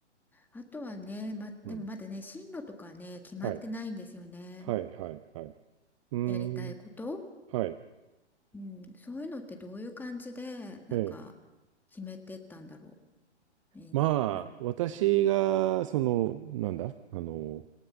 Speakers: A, in the centre; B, on the right.
A: あとはね、ま、
B: うん。
A: でもまだね、進路とかね、決まってないんですよね。
B: はい。はい、はい、はい。うーん、
A: やりたいこと。
B: はい。
A: うん、そういうのってどういう感じで、なんか、
B: ええ。
A: 決めてったんだろう。みんな、
B: まあ、私が、
A: なんとか。
B: その、なんだ、あの